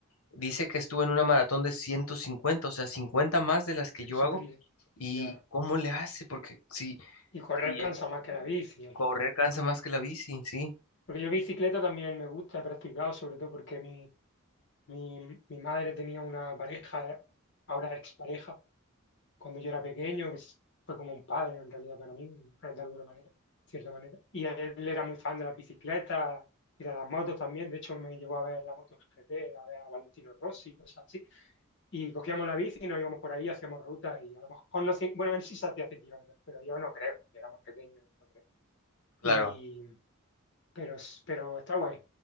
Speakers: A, on the left (about 80°); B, on the left (about 55°).
A: dice que estuvo en una maratón de 150, o sea, 50 más de las que yo
B: Jesucristo,
A: hago. ¿Y
B: ya.
A: cómo le hace? Porque si,
B: Y correr
A: si
B: cansa
A: eh,
B: más que la bici al
A: correr
B: final.
A: cansa más que la bici, sí,
B: Porque yo bicicleta también me gusta, he practicado, sobre todo porque mi, mi, mi madre tenía una pareja, ahora expareja cuando yo era pequeño, que s- fue como un padre en realidad para mí, eh, de alguna manera, cierta manera. Y él era muy fan de las bicicletas y de las motos también. De hecho, me llevó a ver la MotoGP, a ver a Valentino Rossi, cosas así. Y cogíamos la bici y nos íbamos por ahí, hacíamos rutas y a lo mejor no cien- bueno, él sí se hacía 100 kilómetros, pero yo no creo, yo era más pequeño y no creo.
A: claro,
B: Y, pero, s- pero está guay.